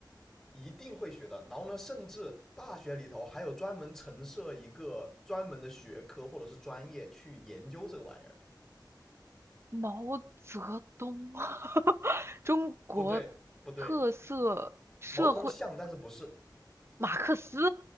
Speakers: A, in the centre; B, on the right.
A: 一定会学的。然后呢，甚至大学里头还有专门陈设一个专门的学科或者是专业去研究这个玩意儿。
B: 毛泽东，<laughs> 中国
A: 不对，不对，
B: 特色社会
A: 毛泽东像，但是不是。
B: 马克思